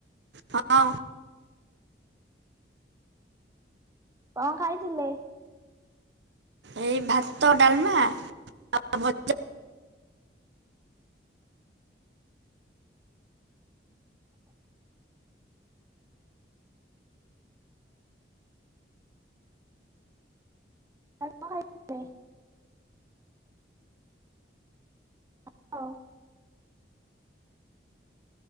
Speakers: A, on the right; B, on the right.
A: ହଁ।
B: କଣ ଖାଇଥିଲେ?
A: ଏଇ ଭାତ, ଡାଲମା, ଭଜା।
B: ଆଉ କଣ କରୁଚ? <unintelligible>